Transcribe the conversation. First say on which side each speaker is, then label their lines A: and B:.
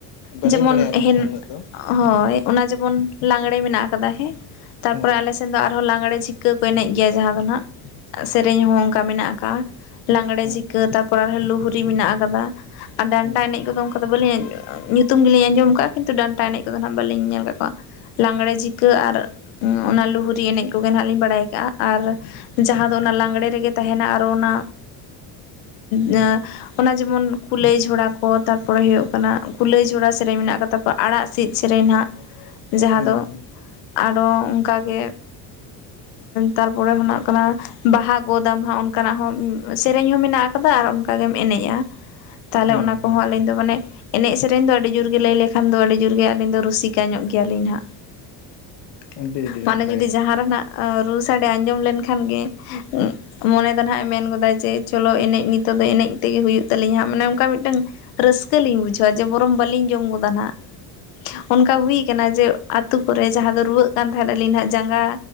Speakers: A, on the left; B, on the left.
A: ᱵᱟᱹᱞᱤᱧ
B: ᱡᱮᱢᱚᱱ
A: ᱵᱟᱲᱟᱭᱟ ᱟᱹᱞᱤᱧ
B: ᱦᱮᱱ
A: ᱫᱚᱦᱟᱸᱜ ᱩᱱᱟᱹᱜ ᱫᱚ
B: ᱦᱳᱭ ᱚᱱᱟ ᱡᱮᱢᱚᱱ ᱞᱟᱜᱽᱲᱮ ᱢᱮᱱᱟᱜ ᱟᱠᱟᱫᱟ ᱦᱮᱸ ᱛᱟᱨᱯᱚᱨᱮ
A: ᱦᱮᱸ
B: ᱟᱞᱮ ᱥ ᱮᱫᱽ ᱫᱚ ᱟᱨᱦᱚᱸ ᱞᱟᱜᱽᱬᱮ ᱪᱷᱤᱠᱟᱹ ᱠᱚ ᱮᱱᱮᱡᱽ ᱜᱮᱭᱟ ᱡᱟᱦᱟᱸ ᱫᱚ ᱦᱟᱜ ᱥᱮᱨᱮᱧ ᱦᱚᱸ ᱚᱱᱠᱟ ᱢᱮᱱᱟᱜ ᱟᱠᱟᱜ-ᱟ᱾ ᱞᱟᱝᱜᱬᱮ
A: ᱦᱮᱸ
B: ᱡᱷᱤᱠᱟᱹ ᱛᱟᱨᱯᱚᱨᱮ ᱟᱨᱦᱚᱸ ᱞᱩᱦᱨᱤ ᱢᱮᱱᱟᱜ ᱟᱠᱟᱫᱟ ᱟᱨ ᱰᱟᱱᱴᱟ
A: ᱦᱮᱸ
B: ᱮᱱᱮᱡᱽ ᱠᱚᱫᱚ ᱚ ᱠᱟᱫᱚ ᱵᱟᱹᱞᱤᱧ ᱟᱸᱧ, ᱧᱩᱛᱩᱢ ᱜᱮᱞᱤᱧ ᱟᱸᱡᱚᱢ ᱠᱟᱜᱼᱟ ᱠᱤᱱᱛᱩ ᱰᱟᱱᱴᱟ ᱮᱱᱮᱡ ᱠᱚᱫᱚ ᱱᱦᱟᱜ ᱵᱟᱹᱞᱤᱧ ᱧᱮᱞ ᱠᱟᱫ ᱠᱚᱣᱟ᱾ ᱞᱟᱝᱜᱲᱮ ᱡᱷᱤᱠᱟᱹ ᱟᱨ ᱚᱱᱟ ᱞᱩᱦᱨᱤ ᱮᱱᱮᱡᱽ ᱠᱚᱜᱮ ᱱᱦᱟᱜ ᱞᱤᱧ ᱵᱟᱲᱟᱭ ᱠᱟᱜᱼᱟ ᱟᱨ ᱡᱟᱦᱟᱸ ᱫᱚ ᱚᱱᱟ ᱞᱟᱝᱜᱲᱮ ᱨᱮᱜᱮ ᱛᱟᱦᱮᱱᱟ ᱟᱨᱚ ᱚᱱᱟ ᱡᱮ ᱚᱱᱟ ᱡᱮᱢᱚᱱ᱾ ᱠᱩᱞᱟᱹᱭ ᱡᱷᱚᱲᱟ ᱠᱚ ᱛᱟᱨᱯᱚᱨᱮ ᱦᱩᱭᱩᱜ ᱠᱩᱞᱟᱹᱭ ᱡᱷᱚᱲᱟ ᱠᱚ ᱛᱟᱨ ᱯᱚᱨᱮ ᱦᱩᱭᱩᱜ ᱠᱟᱱᱟ ᱠᱩᱲᱟᱹᱭ ᱡᱦᱚᱲᱟ ᱥᱮᱨᱮᱧ ᱢᱮᱱᱟᱜ ᱟᱠᱟᱫᱟ ᱛᱚ ᱟᱲᱟᱜ ᱥᱤᱫ ᱥᱮᱨᱮᱧ ᱱᱦᱟᱸᱜ᱾ ᱡᱟᱦᱟᱸ
A: ᱦᱮᱸ
B: ᱫᱚ ᱟᱨᱚ ᱚᱱᱠᱟᱜᱮ ᱛᱟᱨᱯᱚᱨᱮ ᱢᱮᱱᱟᱜ ᱠᱟᱱᱟ᱾ ᱵᱟᱦᱟ ᱜᱚᱫᱟᱢ ᱦᱟᱸᱜ ᱚᱱᱠᱟᱱᱟᱜ ᱦᱚᱸ ᱥᱮᱨᱮᱧ ᱦᱚᱸ ᱢᱮᱱᱟᱜ ᱟᱠᱟᱫᱟ ᱟᱨ ᱚᱱᱠᱟ ᱜᱮᱢ ᱮᱱᱮᱡᱽᱼᱟ᱾ ᱛᱟᱦᱚᱞᱮ
A: ᱦᱮᱸ
B: ᱚᱱᱟ
A: ᱦᱮᱸ
B: ᱠᱚᱦᱚᱸ ᱟᱹᱞᱤᱧ ᱫᱚ ᱢᱟᱱᱮ ᱮᱱᱮᱡ ᱥᱮᱨᱮᱧ ᱫᱚ ᱟᱹᱰᱤ ᱡᱳᱨ ᱜᱮ ᱞᱟᱹᱭ ᱞᱮᱠᱷᱟᱱ ᱫᱚ ᱟᱹᱰᱤ ᱡᱳᱨ ᱜᱮ ᱟᱹᱞᱤᱧ ᱫᱚ ᱨᱩᱥᱤ ᱠᱟᱹ ᱧᱚᱜ ᱜᱮᱭᱟᱞᱤᱧ ᱱᱦᱟᱸᱜ
A: ᱟᱹᱰᱤ ᱟᱹᱰᱤ
B: ᱢᱟᱱᱮ
A: ᱱᱟᱯᱟᱭ
B: ᱡᱩᱫᱤ ᱡᱟᱦᱟᱸ ᱨᱮ ᱱᱦᱟᱜ ᱨᱩ ᱥᱟᱰᱮ ᱟᱸᱡᱚᱢ ᱞᱮᱱᱠᱷᱟᱱ ᱜᱮ᱾ ᱢᱚᱱᱮ ᱫᱚ ᱦᱟᱸᱜ ᱮ ᱢᱮᱱ ᱜᱚᱫᱟ ᱡᱮ ᱪᱚᱞᱚ ᱮᱱᱮᱡᱽ ᱱᱤᱛᱚᱜ ᱫᱚ ᱮᱱᱮᱡᱽ ᱛᱮᱜᱮ ᱦᱩᱭᱩᱜ ᱛᱟᱹᱟᱞᱤᱧᱟ ᱦᱟᱸᱜ ᱢᱟᱱᱮ ᱚᱱᱠᱟ ᱢᱤᱫᱴᱟᱝ ᱨᱟᱹᱥᱠᱟᱹ ᱞᱤᱧ ᱵᱩᱡᱷᱟᱹᱣᱟ ᱡᱮ ᱵᱚᱨᱚᱢ ᱵᱟᱹᱞᱤᱧ ᱡᱚᱢ ᱜᱚᱫᱟ ᱱᱦᱟᱸᱜ᱾ ᱚᱱᱠᱟ ᱦᱩᱭ ᱟᱠᱟᱱᱟ ᱡᱮ ᱟᱹᱛᱩ ᱠᱚᱨᱮ ᱡᱟᱦᱟᱸ ᱫᱚ ᱨᱩᱣᱟᱹᱜ ᱠᱟᱱ ᱛᱟᱦᱮᱫᱽ ᱟᱹᱞᱤᱧ ᱱᱦᱟᱜ ᱡᱟᱸᱜᱟ